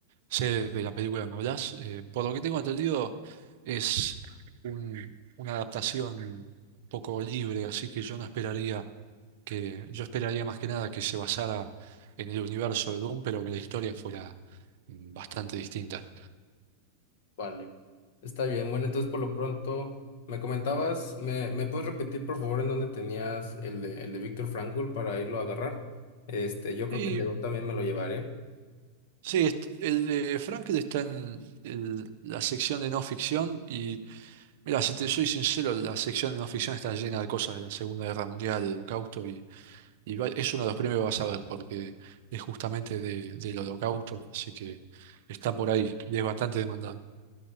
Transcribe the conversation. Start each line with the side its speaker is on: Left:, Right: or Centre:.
Right: sé de la película, que ¿me hablas? Eh, por lo que tengo entendido, es un- una adaptación un poco libre, así que yo no esperaría que, yo esperaría más que nada que se basara en el universo de Doom, pero que la historia fuera mm, bastante distinta.
Left: Vale, está bien. Bueno, entonces por lo pronto, me comentabas, ¿me, me puedes repetir por favor en dónde tenías el de, el de Víctor Frankl para irlo a agarrar? Este, yo creo
Right: Y
Left: que el de Dune también me lo llevaré.
Right: sí, est- el de Frankel está en el- la sección de no ficción y Mira, si te soy sincero, la sección de no ficción está llena de cosas de la Segunda Guerra Mundial, del Holocausto, y, y va- es uno de los premios que vas a ver, porque es justamente de- del Holocausto, así que está por ahí y es bastante demandado.